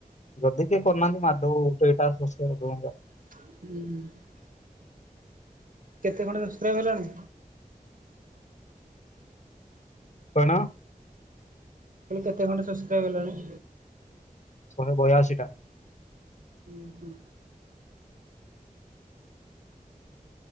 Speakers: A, on the left (about 55°); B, on the right (about 65°).
A: ଯଦି କିଏ କରୁନାହାନ୍ତି ମାଧବ ଦୁଇଟା <inaudible>
B: ହୁଁ। କେତେ ଖଣ୍ଡେ ସସ୍କ୍ରାଇବି ହେଲାଣି?
A: କଣ?
B: କହିଲି କେତେ ଖଣ୍ଡେ ସୋସ୍କ୍ରାଇବ ହେଲାଣି?
A: ଶହେ ବୟାଅଶୀ ଟା।
B: ହୁଁ ହୁଁ।